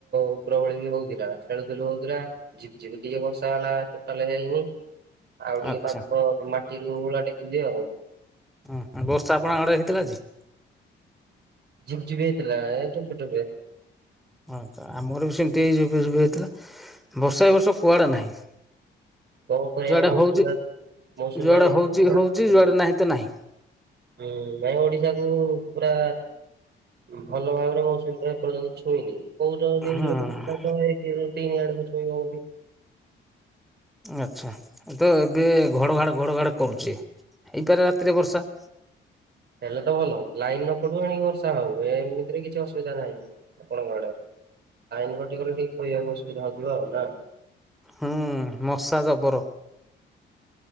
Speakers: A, on the right; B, in the centre.
A: ଉପର ଓଳି ବି ହଉଥିଲା ଖେଳୁ ଥିଲୁ ହଉଥିଲା ଝିପ୍ ଝିପି ଟିକେ ବର୍ଷା ହେଲା ଟୋଟାଲ ହୋଇନି ଆଉ ଟିକେ
B: ଆଚ୍ଛା
A: ପାଙ୍କ ମାଟିରୁ ଭୁଳା ଟେକୁଛିିବ ଆଉ
B: ଓଁ ବର୍ଷା ଆପଣଙ୍କ ଆଡରେ ହେଇଥିଲା ଆଜି
A: ଝିପ୍ ଝିପ ହେଇଥିଲା ଏଇ ଟୋପେ ଟୋପେ
B: ହଁ ଆମର ବି ସେମିତି ଝିପ୍ ଝିପ୍ ହେଇଥିଲା ବର୍ଷା ଏ ବର୍ଷ କୁଆଡ଼େ ନାହିଁ
A: କଣ କରିବା
B: ଯୁଆଡେ
A: ମୌସୁମୀ
B: ହଉଛି
A: ବା ମୌସୁମୀ
B: ଯୁଆଡେ
A: ବାୟୁ
B: ହଉଛି ହଉଛି ଯୁଆଡେ ନାହିଁ ତ ନାହିଁ
A: ହୁଁ ଭାଇ ଓଡିଶା କୁ ପୁରା ଭଲ ଭାବରେ ମୁଁ ସେମିତୀ ଏପର୍ଯ୍ୟନ୍ତ ଛୁଇଁନି। କୋଉଜରେ
B: ହଁ
A: କ ତିନି ଆଡକୁ ଶୋଇ
B: ଆଚ୍ଛା ତ ଏବେ ଘଡ଼ଘାଡ଼ ଘଡ଼ଘାଡ଼ କରୁଛି ହେଇପାରେ ରାତିରେ ବର୍ଷା।
A: ହେଲେ ତ ଭଲ ଲାଇନ ନ ପଡୁ ଆଣିକି ବର୍ଷା ହଉ ଏମିତିରେ କିଛି ଅସୁବିଧା ନାହିଁ ଆପଣଙ୍କ ଆଡେ? ଆଇନ କଟି ଗଲେ ଠିକ କହିବାକୁ ଅସୁବିଧା ହଉଯିବ ଆଉ ନା?
B: ହୁଁ ମଶା ଜବର।